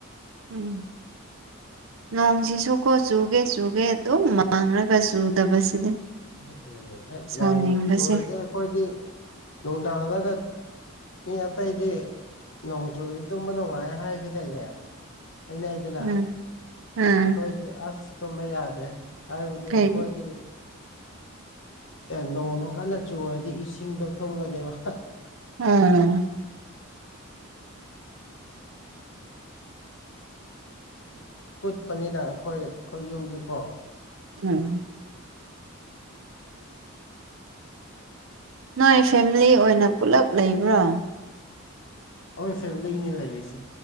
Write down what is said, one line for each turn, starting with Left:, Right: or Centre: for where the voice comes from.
Right: ꯎꯝ ꯅꯣꯡꯁꯤꯁꯨꯨꯀꯣ ꯆꯨꯒꯦ ꯆꯨꯒꯦ ꯑꯗꯨꯝ ꯃꯥꯡꯂꯒ ꯆꯨꯗꯕꯁꯤꯗꯤ
Left: ꯎ ꯎꯝ
Right: ꯁꯥꯎꯅꯤꯡꯕꯁꯦ
Left: ꯅꯣꯡ ꯆꯨꯔꯗꯤ ꯑꯩꯈꯣꯏꯗꯤ ꯅꯨꯡꯗꯥꯡꯔꯒ ꯃꯤ ꯑꯇꯩꯗꯤ ꯅꯣꯡ ꯆꯨꯔꯤ ꯇꯨꯝꯕ ꯅꯨꯡꯉꯥꯏ ꯍꯥꯏꯈꯤꯗꯥꯏꯅꯦ ꯑꯩꯅ ꯍꯥꯏꯗꯅ
Right: ꯎꯝ ꯎꯝ
Left: ꯑꯩꯈꯣꯏꯗꯤ ꯑꯁ ꯇꯨꯝꯕ ꯌꯥꯗ꯭ꯔꯦ ꯍꯥꯏꯕꯗꯤ
Right: ꯀꯩꯒꯤ
Left: ꯑꯩꯈꯣꯏꯗꯤ ꯑꯦ ꯅꯣꯡꯗꯣ ꯀꯟꯅ ꯆꯨꯔꯗꯤ ꯏꯁꯤꯡꯗꯣ ꯊꯨꯡꯒꯅꯦꯕ
Right: ꯎꯝ
Left: ꯀꯨꯠꯄꯅꯤꯅ ꯑꯩꯈꯣꯏ ꯑꯩꯈꯣꯏ ꯌꯨꯝꯗꯤꯀꯣ
Right: ꯎꯝ ꯅꯣꯏ ꯐꯦꯃꯤꯂꯤ ꯑꯣꯏꯅ ꯄꯨꯂꯞ ꯂꯩꯕ꯭ꯔꯣ
Left: ꯈꯣꯏ ꯐꯦꯝꯂꯤꯅꯤ ꯂꯩꯔꯤꯁꯦ